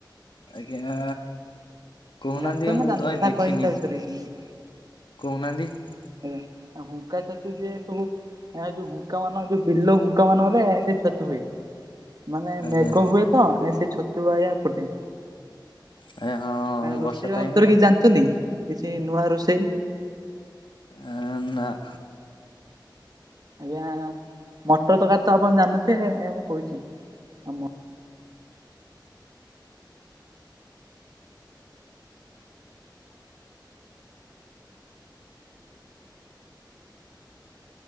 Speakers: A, on the left (about 85°); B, on the right (about 55°).
A: ଆଜ୍ଞା। କହୁନାହାନ୍ତି
B: ଜାଣିଛ ନା
A: ମୁଁ
B: ଜାଣିନ
A: ତ କାଇଁ
B: ନା
A: ଦେଖିନି
B: କହିମି ତା ବିଷୟରେ କିଛି
A: କହୁନାହାନ୍ତି।
B: ଆଜ୍ଞା ହୁଙ୍କା ଛତୁ ଯେ ସବୁ ଏ ଯୋଉ ହୁଙ୍କା ମାନ ଯୋଉ ବିଲ ହୁଙ୍କା ମାନଙ୍କରେ ସେ ଛତୁ ହୁଏ। ମାନେ
A: ଆଜ୍ଞା
B: ମେଘ ହୁଏ ତ ସେ ଛତୁ ତୁ ଆଞା ଫୁଟେ।
A: ଆଜ୍ଞା ହଁ
B: ରୋଷେଇ
A: ବର୍ଷା
B: ଵାବଦରେ
A: ଟାଇମ
B: କିଛି ଜାଣିଛନ୍ତି କି? କିଛି ନୂଆ ରୋଷେଇ?
A: ଆ ନାଁ।
B: ଆଜ୍ଞା ମଟର ତରକାର ତ ଆପଣ ଜାଣିନଥିବେ ଆଜ୍ଞା ମୁଁ କହୁଛି ଆ